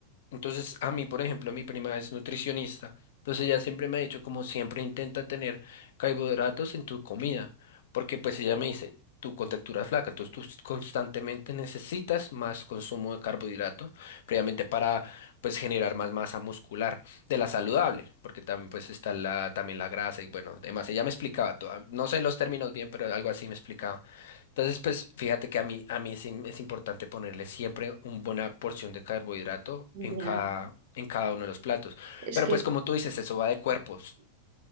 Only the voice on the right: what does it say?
Ya.
Es
que,